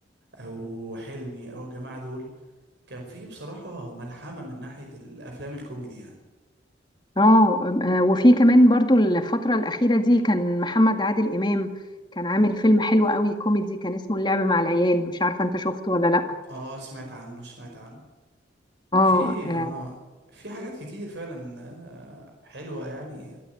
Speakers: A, on the right; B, on the left.
A: او حلمي او الجماعه دول كان في بصراحه ملحمه من ناحيه الافلام الكوميدي يعني
B: اه آه، وفي كمان برضو الفتره الاخيره دي كان محمد عادل امام كان عامل فيلم حلو قوي كوميدي كان اسمه اللعب مع العيال مش عارفه انت شفته ولا لا
A: اه سمعت عنه سمعت عنه
B: اه
A: في
B: آه،
A: اه في حاجات كتير فعلا آه، حلوه يعني